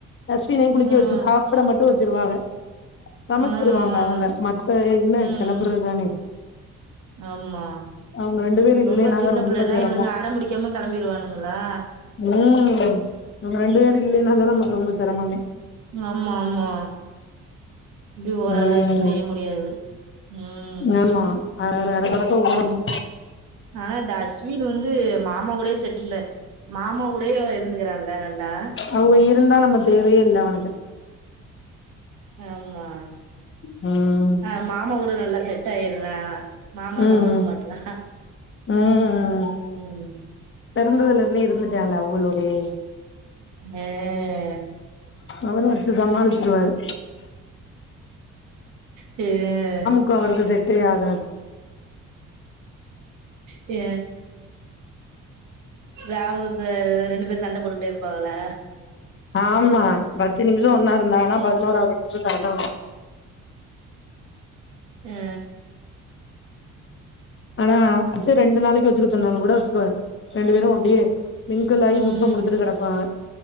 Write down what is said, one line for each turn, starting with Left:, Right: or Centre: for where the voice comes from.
Left: அஸ்வினையு குளிக்க
Right: ம் ம்
Left: வச்சி சாப்ட மட்டு வச்சிருவாக சமச்சிருவாங்க
Right: ம்
Left: அவங்க மத்த என்ன
Right: ம்
Left: கெளப்புறதுதானே
Right: ஆமா
Left: அவுங்க ரெண்டு பேரு
Right: ரொம்ப
Left: இல்லைன்னாதா
Right: சின்ன
Left: ரொம்ப
Right: பிள்ளன்னா
Left: சிரமோ
Right: இவனுங்க அடம் புடிக்காம கெளம்பிருவானுங்களா
Left: ம் இவுங்க ரெண்டு பேரு இல்லைன்னாதா நமக்கு ரொம்ப சிரமமே
Right: ம் ஆமா ஆமா இப்டி ஓராளா
Left: ம்
Right: எது செய்ய முடியாது ம்
Left: ஆமா அ அரக்பறக்க ஓடனு
Right: ஆனா த அஸ்வின் வந்து மாமா கூடே செட்ல்லு மாமா கூடய இருந்துக்கிறான்ல நல்லா
Left: அவங்க இருந்தா நம்ம தேவையே இல்ல அவனுக்கு
Right: ஆமா
Left: ம்
Right: ஆ மாமா கூட நல்லா செட் ஆயிர்றா மாமா இல்லாம
Left: ம்
Right: இருக்க மாட்றா
Left: ம்
Right: ம்
Left: பெறந்ததுலருந்தே இருந்துட்டால அவங்களோடயே
Right: எ
Left: அவரு வச்சு சமாளிச்சிருவாரு
Right: ம்
Left: க்கு அவருக்கு செட்டை ஆகா
Right: எ <unintelligible> ரெண்டு பேர் சண்ட போட்டுட்டே இருப்பாங்ளே
Left: ஆமா பத்து நிமிஷோ ஒன்னா இருந்தாங்கனா பதினோராவது நிமிஷோ சண்ட வ
Right: ஆ
Left: ஆனா அச்ச ரெண்டு நாளைக்கு வெ ச்சுக்க சொன்னா
Right: ம்
Left: கூட வச்சுக்குவாரு ரெண்டு பேரு அப்டியே மிங்கில் ஆயி
Right: ம்
Left: முத்தம் குடுத்துட்டு கெடப்பாங்க